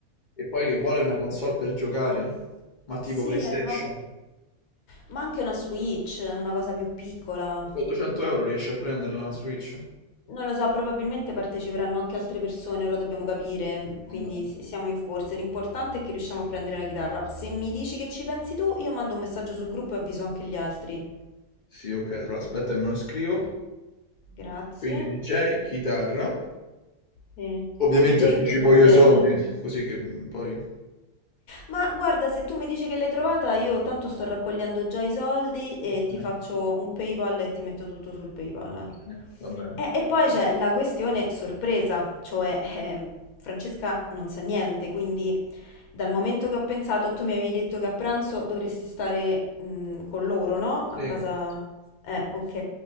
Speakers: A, on the left (about 55°); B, on the left (about 80°).
A: E poi che vuole una console per giocare? Ma tipo
B: Sì,
A: PlayStation,
B: avevamo... Ma anche una Switch, una cosa più piccola.
A: con 200 euro riesci a prenderla una Switch?
B: Non lo so, probabilmente parteciperanno anche altre persone, ora dobbiamo capire,
A: Va
B: quindi
A: bene.
B: s- siamo in forze. L'importante è che riusciamo a prendere la chitarra. Se mi dici che ci pensi tu, io mando un messaggio sul gruppo e avviso anche gli altri.
A: Sì, ok, allora aspetta e me lo scrivo.
B: Grazie.
A: Quindi DJ, chitarra.
B: Sì.
A: Ovviamente
B: DJ
A: anticipo
B: 2 DJ,
A: io i
B: eh?
A: soldi, così che mm, poi...
B: Ma guarda, se tu mi dici che l'hai trovata, io tanto sto raccogliendo già i soldi e ti
A: Eh,
B: faccio un PayPal e ti metto tutto sul PayPal.
A: Va bene, va bene.
B: E, e Va poi bene. c'è la questione sorpresa, cioè ehm, Francesca non sa niente, quindi dal momento che ho pensato, tu mi avevi detto che a pranzo dovresti stare mh, con loro, no? A
A: Sì,
B: casa... Eh, ok.